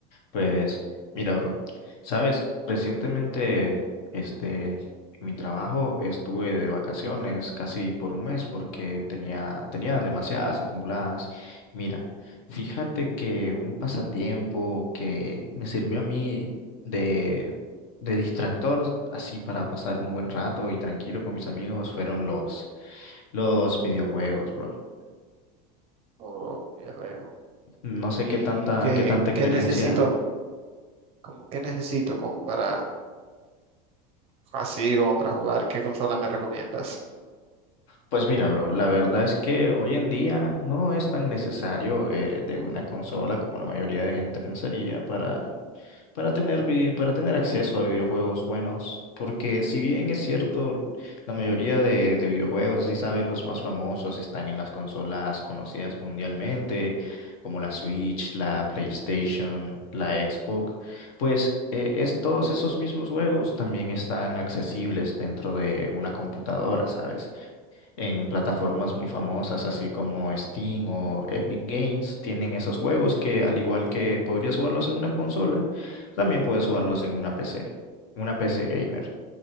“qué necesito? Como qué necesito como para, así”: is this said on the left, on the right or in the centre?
Right